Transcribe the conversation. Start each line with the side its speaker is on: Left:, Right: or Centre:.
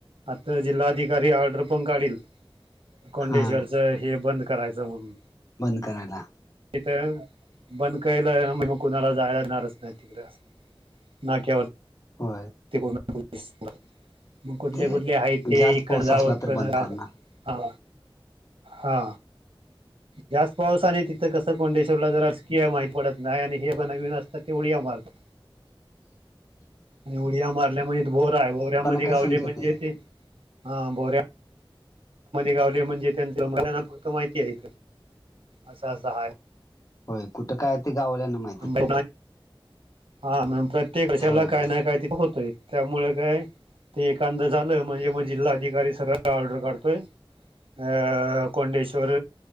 Right: आता जिल्हाधिकारी ऑर्डर पण काढल कोंडेश्वरच
Left: हा
Right: हे बंद करायचं. जेून
Left: बंद करायला.
Right: तिथं बंदकायलं म मग कुणाला जायला येणारच नाही तिकडे ना केवत
Left: हो.
Right: मग कुठले
Left: ते
Right: कुठले आहेत ते
Left: जास्त
Right: हिकण
Left: पाऊस
Right: जावत
Left: असला तर
Right: कण.
Left: बंद करणार
Right: हा हा जास्त पावसाने तिथं कस? कोंडेश्वरला जर अजकीय माहित पडत नाही आणि हे बणवीन असतात ते उडिया मारतात.
Left: रीकाम आहे.
Right: आणि उडया मारल्या म्हणज बोरा भोऱ्यामध्ये
Left: काय
Right: गावले
Left: समजत
Right: म्हणजे
Left: नाही.
Right: ते हा बोऱ्या. गावले म्हणजे त्यांच मलाना फक्त माहिती आहे असं अस. हाय.
Left: होय कुठं काय ते गाव वाल्या़ना माहित.
Right: मा हा प्रत्येक वर्षाला
Left: होय
Right: काय ना काय तिथ होतय. त्यामुळे काय ते एकाद झालं म्हणजे मग जिल्हा अधिकारी सर ऑर्डर काढतोय. अ कोंडेश्वर